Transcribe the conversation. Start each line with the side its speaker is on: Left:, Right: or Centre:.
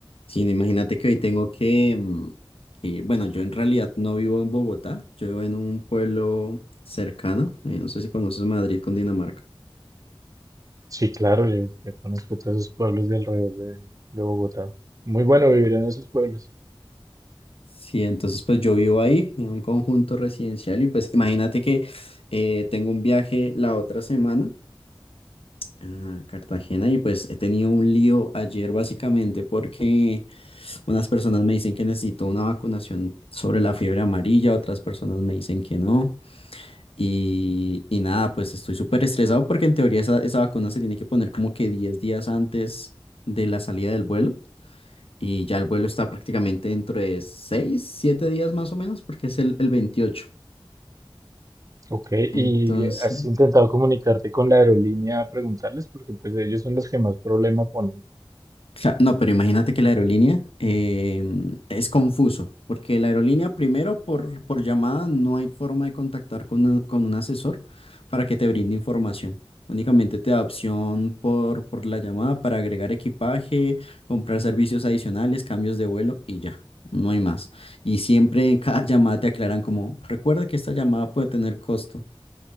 Left: Sí, no, imagínate que hoy tengo que, mm, que, bueno, yo en realidad no vivo en Bogotá, yo vivo en un pueblo cercano, eh, no sé si conoces Madrid con Dinamarca.
Right: Sí, claro, yo, yo conozco todos esos pueblos de alrededor de, de Bogotá. Muy bueno vivir en esos pueblos.
Left: Sí, entonces pues yo vivo ahí en un conjunto residencial y pues imagínate que eh, tengo un viaje la otra semana a Cartagena y pues he tenido un lío ayer básicamente porque unas personas me dicen que necesito una vacunación sobre la fiebre amarilla, otras personas me dicen que no. Y, y nada, pues estoy súper estresado porque en teoría esa, esa vacuna se tiene que poner como que 10 días antes de la salida del vuelo. Y ya el vuelo está prácticamente dentro de 6 7 días más o menos porque es el, el veintiocho Ok.
Right: Ok,
Left: Entonces,
Right: ¿y has intentado comunicarte con la aerolínea a preguntarles? Porque pues ellos son los que más problema ponen.
Left: Cla- No, pero imagínate que la aerolínea eh, es confuso, porque la aerolínea primero por, por llamada no hay forma de contactar con, un- con un asesor para que te brinde información. Únicamente te da opción por, por la llamada para agregar equipaje, comprar servicios adicionales, cambios de vuelo y ya, no hay más. Y siempre en cada <laughs> llamada te aclaran como, recuerda que esta llamada puede tener costo